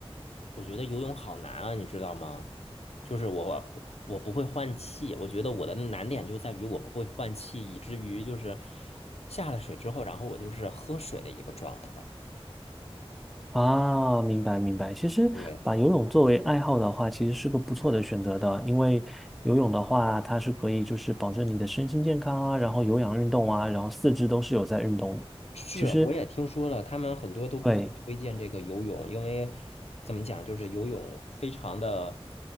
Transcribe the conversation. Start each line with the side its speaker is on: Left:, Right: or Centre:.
Left: 我觉得游泳好难啊，你知道吗？就是我我不会换气，我觉得我的难点就在于我不会换气，以至于就是下了水之后，然后我就是喝水的一个状态。
Centre: 啊，明白明白。其实把游泳作为爱好的话，
Left: 对。
Centre: 其实是个不错的选择的，因为游泳的话，它是可以就是保证你的身心健康啊，然后有氧运动啊，然后四肢都是有在运动的。
Left: 是，
Centre: 其实
Left: 我也听说了，他们很多都比较推荐这个游泳，
Centre: 对，
Left: 因为怎么讲，就是游泳非常的，